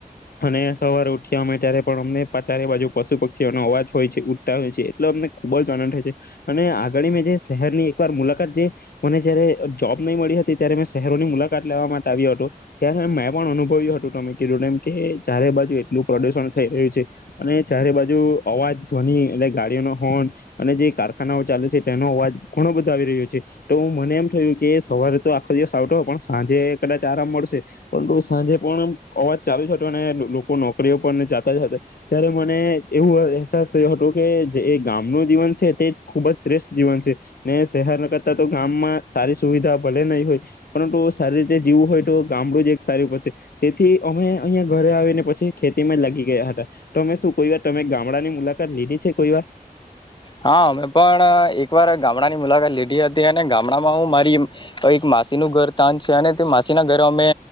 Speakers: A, on the left; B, on the left.
A: અને સવારે ઉઠ્યા અમે ત્યારે પણ અમને ચારે બાજુ પશુ પક્ષીઓનો અવાજ હોય છે, ઉઠતાં હોય છે એટલે અમને ખુબ જ આનંદ થાય છે. અને આગળ મેં જે શહેરની એકવાર મુલાકાત જે મને જયારે જોબ નહી મળી હતી ત્યારે મેં શહેરોની મુલાકાત લેવા માટે આવ્યો હતો ત્યારે મેં પણ અનુભવ્યું હતું. તમે કીધું એમ કે ચારે બાજુ એટલું પ્રદુષણ થઈ રહ્યું છે અને ચારે બાજુ અવાજ ધવની એટલે ગાડીઓ ન હોર્ન અને જે કાર ના ચાલે છે તેનો અવાજ ઘણો બધો આવી રહ્યો છે. તો મને એમ થયું કે સવારે તો આખો દિવસ આવતો પણ સાંજે કદાચ આરામ મળશે. પરંતુ સાંજે પણ અવાજ ચાલુ જ હતો અને લોકો નોકરીઓ પર જાતા જતા ત્યારે મને એવું અહેસાસ થયો હતો કે જે ગામનું જીવન છે તે જ ખુબ જ શ્રેષ્ઠ જીવન છે ને શહેરના કરતા તો ગામમાં સારી સુવિધા ભલે નહીં હોય પરંતુ સારી રીતે જીવું હોય તો ગામડું જ એક સારું પડશે. તેથી અમે અહીંયાં ઘરે આવીને પછી ખેતીમાં જ લાગી ગયા હતા તો અમે શું કોઈ વાર તમે ગામડાની મુલાકાત લીધી છે કોઈ વા
B: હા, અમે પણ એકવાર ગામડાની મુલાકાત લીધી હતી અને ગામડામાં હું મારી એક માસીનું ઘર તાન છે અને તે માસીના ઘર અમે